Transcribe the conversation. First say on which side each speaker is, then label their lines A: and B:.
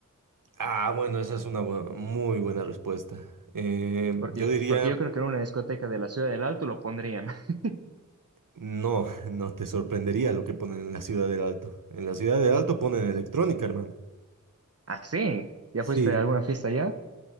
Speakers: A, on the right; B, on the right.
A: Ah, bueno, esa es una bu- muy buena respuesta. Eh,
B: Porque,
A: yo diría,
B: porque yo creo que en una discoteca de la Ciudad del Alto lo pondrían. <laughs>
A: no, <laughs> no te sorprendería lo que ponen en la Ciudad del Alto. En la Ciudad del Alto ponen electrónica, hermano.
B: Ah, sí. ¿Ya
A: Sí,
B: fuiste a alguna fiesta allá?